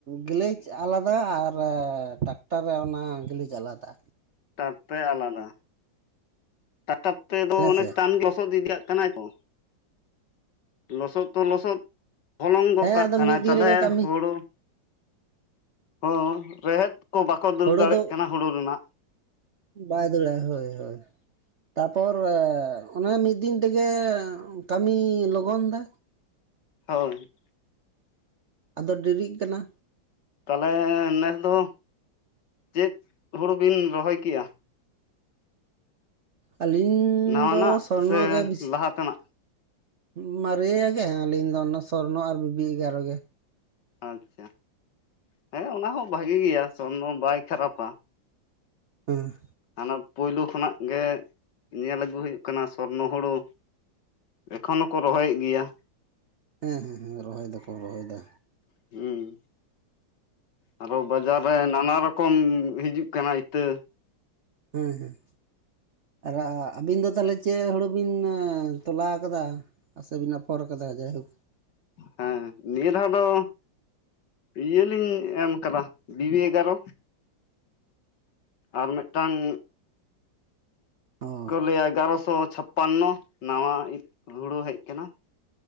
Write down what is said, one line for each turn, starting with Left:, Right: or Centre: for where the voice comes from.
Right: ᱜᱮᱞᱮᱪ ᱟᱞᱟᱫᱟ ᱟᱨ ᱴᱨᱟᱠ ᱛᱟᱨ ᱨᱮ ᱚᱱᱟ ᱜᱮᱞᱮ ᱡᱟᱞᱟᱫᱟ
Left: ᱴᱨᱟᱠ ᱯᱮ ᱟᱞᱟᱫᱟ ᱴᱟᱴᱟᱯ ᱛᱮᱫᱚ
Right: ᱦᱮᱸ
Left: ᱚᱱᱮ
Right: ᱥᱮ
Left: ᱪᱮᱛᱟᱱ ᱞᱚᱥᱚᱫ ᱤᱫᱤᱟᱜ ᱠᱟᱱᱟᱭ ᱠᱩ ᱞᱚᱥᱚᱫ ᱛᱚ ᱞᱚᱥᱚᱫ ᱦᱚᱞᱚᱝ ᱜᱚᱜ
Right: ᱦᱮᱸ
Left: ᱠᱟᱜ
Right: ᱟᱫᱚ
Left: ᱠᱟᱱᱟᱭ
Right: ᱢᱤᱫ ᱫᱤᱱ
Left: ᱛᱟᱞᱦᱮ
Right: ᱨᱮᱜᱮ ᱠᱟᱹᱢᱤ
Left: ᱦᱩᱲᱩ ᱦᱳ ᱨᱮᱦᱮᱫ ᱠᱚ ᱵᱟᱠᱚ ᱫᱟᱹᱲ
Right: ᱦᱳᱲᱳ
Left: ᱫᱟᱲᱮᱜ
Right: ᱫᱚ
Left: ᱠᱟᱱᱟ ᱦᱩᱲᱩ ᱨᱮᱱᱟᱜ
Right: ᱵᱟᱭ ᱫᱟᱹᱲᱟ ᱦᱳᱭ ᱦᱳᱭ ᱛᱟᱯᱚᱨ ᱚᱱᱮ ᱢᱤᱫ ᱫᱤᱱ ᱛᱮᱜᱮ ᱠᱟᱹᱢᱤ ᱞᱚᱜᱚᱱ ᱫᱟ
Left: ᱦᱳᱭ
Right: ᱟᱫᱚ ᱰᱮᱨᱤᱜ ᱠᱟᱱᱟ
Left: ᱛᱟᱦᱚᱞᱮ ᱱᱮᱥ ᱫᱚ ᱪᱮᱫ ᱦᱩᱲᱩ ᱵᱤᱱ ᱨᱚᱦᱚᱭ ᱠᱮᱜ-ᱟ?
Right: ᱟᱹᱞᱤᱧ
Left: ᱱᱟᱣᱟᱱᱟᱜ
Right: ᱫᱚ ᱥᱚᱨᱱᱚ
Left: ᱥᱮ
Right: ᱜᱮ ᱵᱮᱥᱤ
Left: ᱞᱟᱦᱟ ᱛᱮᱱᱟᱜ
Right: <inaudible> ᱢᱟᱨᱮᱭᱟᱜ ᱜᱮ ᱟᱹᱞᱤᱧ ᱫᱚ ᱚᱱᱟ ᱥᱚᱨᱱᱚ ᱟᱨ ᱵᱤᱵᱤ ᱮᱜᱟᱨᱚ ᱜᱮ
Left: ᱟᱪᱪᱷᱟ ᱦᱮᱸ ᱚᱱᱟ ᱦᱚᱸ ᱵᱷᱟᱜᱤ ᱜᱮᱭᱟ ᱥᱚᱨᱱᱚ ᱵᱟᱭ ᱠᱷᱟᱨᱟᱯᱟ
Right: ᱦᱮᱸ
Left: ᱦᱟᱱᱟ ᱯᱳᱭᱞᱳ ᱠᱷᱚᱱᱟᱜ ᱜᱮ ᱧᱮᱞ ᱟᱹᱜᱩ ᱦᱩᱭᱩᱜ ᱠᱟᱱᱟ ᱥᱚᱨᱱᱚ ᱦᱩᱲᱩ ᱮᱠᱷᱚᱱ ᱦᱚᱸᱠᱚ ᱨᱚᱦᱚᱭᱮᱜ ᱜᱮᱭᱟ
Right: ᱦᱮᱸ ᱦᱮᱸ ᱦᱮᱸ ᱨᱚᱦᱚᱭ ᱫᱟᱠᱚ ᱨᱚᱦᱚᱭ ᱫᱟ
Left: ᱦᱩᱸ ᱟᱨ ᱦᱚᱸ ᱵᱟᱡᱟᱨ ᱨᱮ ᱱᱟᱱᱟ ᱨᱚᱠᱚᱢ ᱦᱤᱡᱩᱜ ᱠᱟᱱᱟ ᱤᱛᱟᱹ
Right: ᱦᱩᱸ ᱦᱩᱸ ᱟᱨ ᱟ ᱟᱹᱵᱤᱱ ᱫᱚ ᱛᱟᱦᱚᱞᱮ ᱪᱮᱫ ᱦᱩᱲᱩ ᱵᱤᱱ ᱛᱚᱞᱟ ᱟᱠᱟᱫᱟ? ᱟᱥᱮ ᱵᱤᱱ ᱱᱟᱯᱷᱚᱨ ᱠᱟᱫᱟ ᱡᱟᱭ ᱦᱳᱠ
Left: ᱦᱮᱸ ᱱᱤᱭᱟᱹ ᱫᱷᱟᱣ ᱫᱚ ᱤᱭᱟᱹᱞᱤᱧ ᱮᱢ ᱟᱠᱟᱫᱟ ᱵᱤᱵᱤ ᱮᱜᱟᱨᱚ ᱟᱨ ᱢᱤᱫᱴᱟᱝ
Right: ᱚ
Left: ᱠᱚ ᱞᱟᱹᱭᱟ ᱮᱜᱟᱨᱚᱥᱚ ᱪᱷᱟᱯᱟᱱ ᱱᱚ ᱱᱟᱣᱟ ᱦᱩᱲᱩ ᱦᱮᱡ ᱠᱟᱱᱟ